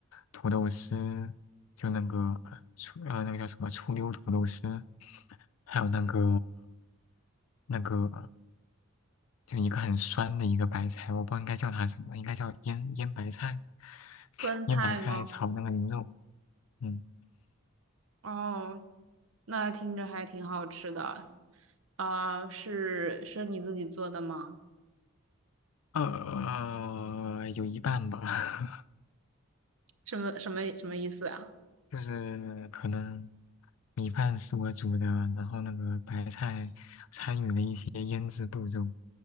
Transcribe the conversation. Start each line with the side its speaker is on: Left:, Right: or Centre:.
Left: 土豆丝，就那个醋呃那个叫什么醋溜土豆丝，还有那个那个就一个很酸的一个白菜，我不知道应该叫它什么，应该叫腌腌白菜，
Right: 酸菜吗？
Left: 腌白菜炒那个牛肉。嗯，
Right: 哦，那听着还挺好吃的。啊、是是你自己做的吗？
Left: 呃，有一半吧。<laughs>
Right: 什么什么什么意思啊？
Left: 就是可能米饭是我煮的，然后那个白菜参与了一些腌制步骤。